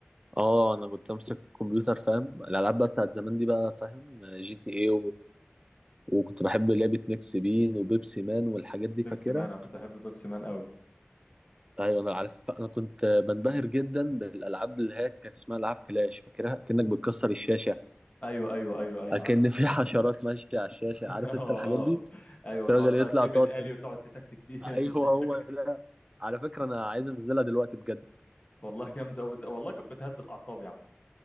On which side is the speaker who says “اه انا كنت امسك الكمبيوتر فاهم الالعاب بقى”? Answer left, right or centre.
Right